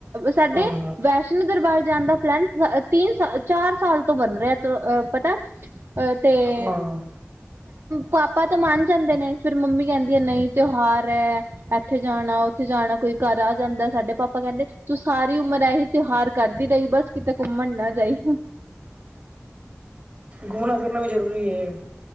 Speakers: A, on the right; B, on the right.
A: ਸਾਡੇ
B: ਹਾਂ
A: ਵੈਸੇ। ਵੈਸ਼ਨੂੰ ਦਰਬਾਰ ਜਾਣ ਦਾ ਪਲਾਨ ਤਿੰਨ, ਚਾਰ ਸਾਲ ਤੋਂ ਬਣ ਰਿਹਾ ਪਤਾ। ਅਹ ਤੇ
B: ਹਾਂ ਹਾਂ
A: ਪਾਪਾ ਤੋਂ ਮੰਨ ਜਾਂਦੇ ਨੇ। ਫਿਰ ਮੰਮੀ ਕਹਿੰਦੀ ਹੈ ਨਹੀਂ ਤਿਉਹਾਰ ਐ। ਇੱਥੇ ਜਾਣਾ, ਉੱਥੇ ਜਾਣਾ, ਕੋਈ ਘਰ ਆ ਜਾਂਦਾ ਸਾਡੇ ਪਾਪਾ ਕਹਿੰਦੇ ਤੂੰ ਸਾਰੀ ਉਮਰ ਐਹੀ। ਤਿਉਹਾਰ ਕਰਦੀ ਰਹੀ, ਬਸ ਕਿਤੇ ਘੁੰਮਣ ਨਾ ਜਾਈ।
B: ਘੁਮਣਾ ਫਿਰਨਾ ਵੀ ਜ਼ਰੂਰੀ ਏ।